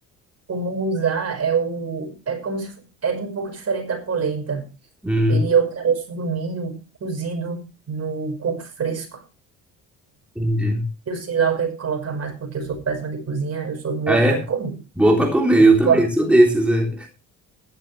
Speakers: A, on the right; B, in the centre.
A: o munguzá é o é como se fo- é de um pouco diferente da polenta.
B: Hum,
A: Ele é o caroço do milho cozido no coco fresco.
B: entendi.
A: Eu sei lá o que é que coloca mais, porque eu sou péssima de cozinha, eu sou boa
B: Ah, é?
A: para comer.
B: Boa pra comer,
A: Eu
B: eu
A: sou
B: também
A: a,
B: sou desses, é.